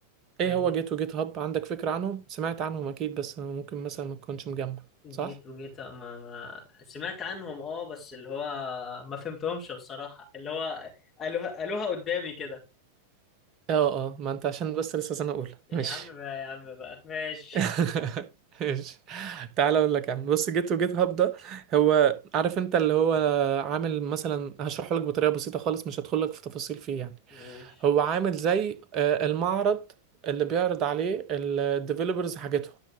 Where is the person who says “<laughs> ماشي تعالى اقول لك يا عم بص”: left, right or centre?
Right